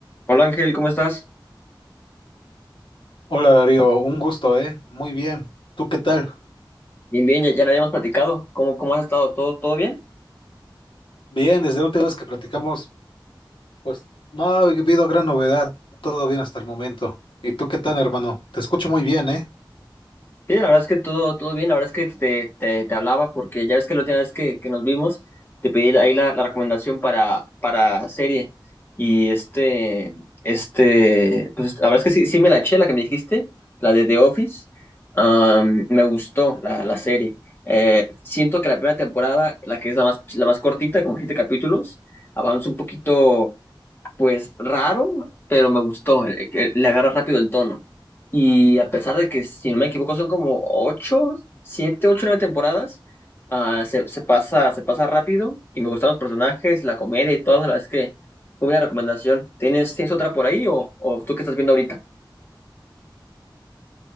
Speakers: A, on the left; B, on the left.
A: Hola Ángel, ¿cómo estás?
B: Hola Darío, un gusto, ¿eh? Muy bien. ¿Tú qué tal?
A: Bien, bien, ya, ya no habíamos platicado. ¿Cómo, cómo has estado? ¿Todo, todo bien?
B: Bien, desde la última vez que platicamos, pues no ha habido gran novedad, todo bien hasta el momento. ¿Y tú qué tal, hermano? Te escucho muy bien, ¿eh?
A: Sí, la verdad es que todo, todo bien. La verdad es que te, te, te hablaba porque ya ves que la última vez que, que nos vimos te pedí ahí la, la recomendación para, para serie. Y este, este, pues la verdad es que sí, sí me la eché, la que me dijiste, la de The Office. Am, me gustó la, la serie. Eh, siento que la primera temporada, la que es la más, la más cortita, como siete capítulos, avanza un poquito pues raro, pero me gustó. eh, que Le agarra rápido el tono. Y a pesar de que, si no me equivoco, son como ocho, siete, ocho, nueve temporadas, ah, se, se pasa, se pasa rápido y me gustan los personajes, la comedia y todo. La verdad es que muy buena recomendación. ¿Tienes, tienes otra por ahí o, o tú qué estás viendo ahorita?